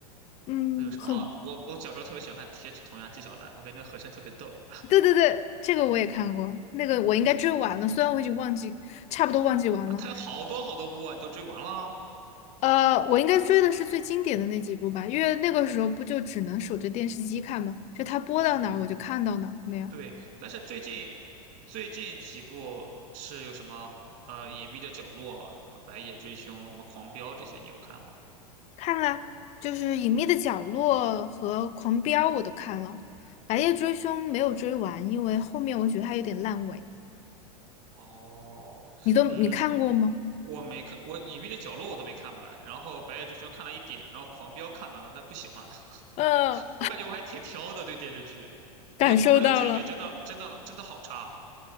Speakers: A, on the left (about 35°); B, on the right (about 50°).
A: 嗯，
B: 还有什么？
A: 很，
B: 啊？我我小时候特别喜欢看《铁齿铜牙纪晓岚》，我感觉那个和珅特别逗
A: 对对对，这个我也看过，那个我应该追完了，虽然我已经忘记，差不多忘记完了。
B: 啊。他有好多好多部啊，你都追完了？
A: 呃，我应该追的是最经典的那几部吧，因为那个时候不就只能守着电视机看吗？就它播到哪儿我就看到哪儿那样。
B: 啊？对，但是最近最近几部是有什么呃《隐秘的角落》啊、什么《白夜追凶》、什么《狂飙》这些，你有看吗？
A: 看啦，就是《隐秘的角落》和《狂飙》我都看了，《白夜追凶》没有追完，因为后面我觉得它有点烂尾。
B: 哦，
A: 你都你看过吗？
B: 嗯，我没看，我《隐秘的角落》我都没看完，然后《白夜追凶》看了一点，然后《狂飙》看完了，但不喜欢。<laughs>
A: 嗯，
B: 我感觉我还挺挑的，对电视剧，
A: 感受到了。
B: 我觉得《狂飙》这个结尾真的真的真的好差。